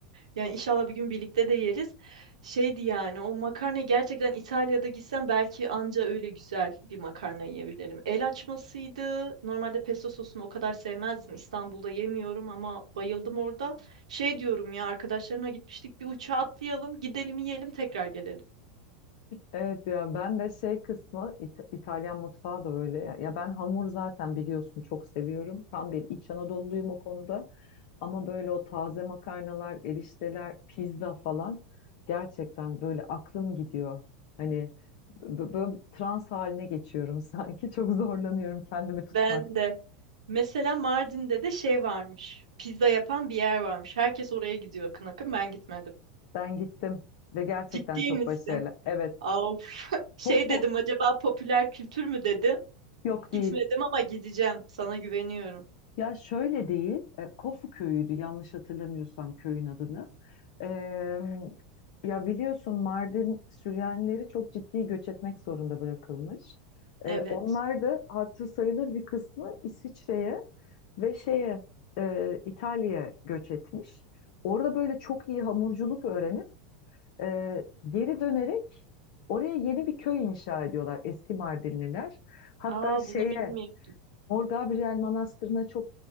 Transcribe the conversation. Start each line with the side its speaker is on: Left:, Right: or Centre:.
Right: Yani inşallah bir gün birlikte de yeriz. Şeydi yani o makarna gerçekten İtalya'da gitsem belki anca öyle güzel bir makarna yiyebilirim. El açmasıydı. Normalde pesto sosunu o kadar sevmezdim. İstanbul'da yemiyorum ama bayıldım orada. Şey diyorum ya arkadaşlarımla gitmiştik bir uçağa atlayalım, gidelim yiyelim tekrar gelelim.
Left: Evet ya ben de şey kısmı İt- İtalyan mutfağı da öyle. Ya ben hamur zaten biliyorsun çok seviyorum. Tam bir İç Anadolu'luyum o konuda. Ama böyle o taze makarnalar, erişteler, pizza falan gerçekten böyle aklım gidiyor. Hani bö- böyle trans haline geçiyorum <laughs> sanki. Çok zorlanıyorum kendimi tutmak.
Right: Ben de. Mesela Mardin'de de şey varmış. Pizza yapan bir yer varmış. Herkes oraya gidiyor akın akın. Ben gitmedim.
Left: Ben gittim ve gerçekten
Right: Ciddi
Left: çok
Right: misin?
Left: başarılı. Evet,
Right: Of. <laughs> Şey
Left: Kofu
Right: dedim acaba popüler kültür mü dedim.
Left: yok
Right: Gitmedim
Left: değil.
Right: ama gideceğim. Sana güveniyorum.
Left: Ya şöyle değil, e, Kofu köyüydü yanlış hatırlamıyorsam köyün adını. Eee, ya biliyorsun Mardin Süryanileri çok ciddi göç etmek zorunda bırakılmış.
Right: Evet.
Left: Eee, onlar da hatırı sayılır bir kısmı İsviçre'ye ve şeye eee, İtalya'ya göç etmiş. Orada böyle çok iyi hamurculuk öğrenip eee, geri dönerek oraya yeni bir köy inşa ediyorlar eski Mardinliler. Hatta
Right: Aa
Left: şeye
Right: bunu bilmiyorum.
Left: Mor Gabriel Manastırı'na çok